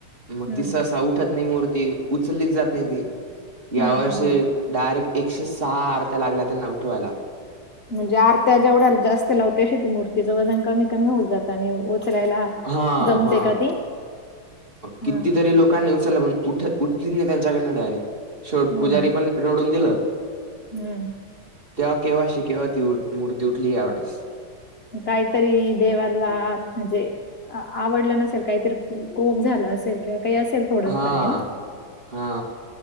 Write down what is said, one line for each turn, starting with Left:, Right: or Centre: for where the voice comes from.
Right: मग
Left: हम्म
Right: ती सहसा उठत नाही मूर्ती. उचललीच जाते माहिती या
Left: हा
Right: वर्षी
Left: हा हा
Right: डायरेक्ट एकशे-सहा आरत्या लागल्या त्यांना उठवायला.
Left: म्हणजे आरत्या जेवढ्या जास्त लाव त्या श मूर्तीचं वजन कमी कमी होत जात आणि उचलायला
Right: हा-हा-हा,
Left: जमते का ती हम्म
Right: किती तरी लोकांनी उचल पण उठ-उठली नाही त्यांच्याकडन डायरेक्ट. शेवट
Left: हम्म
Right: पुजारी पण रडून दिलं.
Left: हम्म
Right: तेव्हा केव्हाशी केव्हा ती उठ मूर्ती उठली यावेेळेस.
Left: काहीतरी देवाला म्हणजे आवडलं नसेल. काहीतरी को कोप झाला असेल, किंवा काही असेल. थोडंफार
Right: हा-
Left: आहे ना
Right: हा.